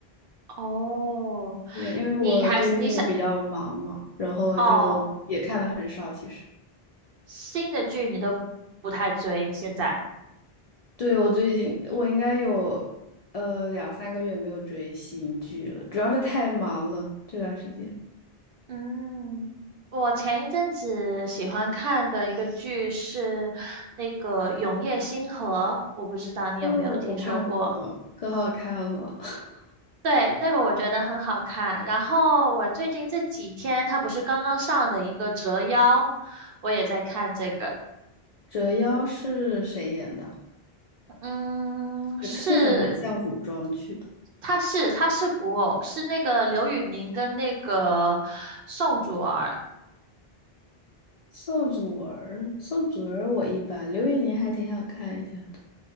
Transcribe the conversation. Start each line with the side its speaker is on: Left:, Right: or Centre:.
Right: 哦，
Left: 是的，因为我最近就比较忙嘛，
Right: 你还是你想，
Left: 然后就也看的很少。
Right: 哦，
Left: 其实，
Right: 新的剧你都不太追，现在。
Left: 对，我最近我应该有呃两三个月没有追新剧了，主要是太忙了这段时间。
Right: 嗯，我前一阵子喜欢看的一个剧是那个《永夜星河》，我不知道你有没有听说过。
Left: 哦，我看过，可好看了。<laughs>
Right: 对，那个我觉得很好看。然后我最近这几天，它不是刚刚上的一个《折腰》，我也在看这个。
Left: 折腰是谁演的？
Right: 嗯，
Left: 就它听起来很像古装剧。
Right: 是，它是它是古偶，是那个刘宇宁跟那个宋祖儿。
Left: 宋祖儿，宋祖儿我一般，刘宇宁还挺想看一下的，